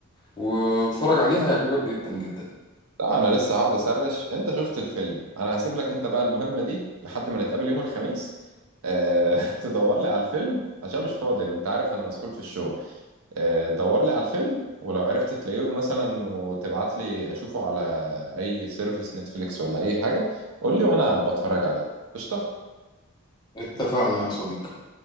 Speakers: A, on the left (about 20°); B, on the right (about 80°).
A: واتفرج عليه هيعجبك جدا جدا
B: لا أنا لسه هقعد أسرش أنت شفت الفيلم أنا هسيب لك أنت بقى المهمة دي لحد ما نتقابل يوم الخميس أه... <laughs> تدور لي على الفيلم عشان مش فاضي أنا أنت عارف أنا مسحول في الشغل آه، دور لي على الفيلم ولو عرفت تلاقيه مثلا وتبعت لي اشوفه على اي سيرفيس نتفليكس ولا اي حاجة قول لي وانا بتفرج عليه قشطة
A: اتفقنا يا صديقي